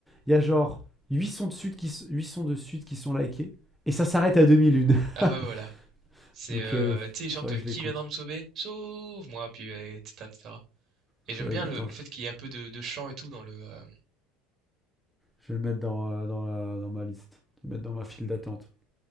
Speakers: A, in the centre; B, on the right (about 45°).
A: Il y a genre huit sons de suite qui, s- huit sons de suite qui sont likés. Et ça s'arrête à 2001.
B: Ah bah voilà.
A: <laughs>
B: C'est
A: Donc,
B: euh,
A: euh,
B: tu sais, il chante
A: faudrait
B: euh,
A: que
B: Qui
A: je l'écoute.
B: viendra me sauver? Sauve-moi, puis euh, etc., etc. Et cetera. Et
A: Faudrait
B: j'aime bien
A: que,
B: le,
A: attends,
B: le
A: je,
B: fait qu'il y ait un peu de, de chant et tout dans le. euh,
A: je vais le mettre dans, euh, dans, la- dans ma liste. Je vais le mettre dans ma file d'attente.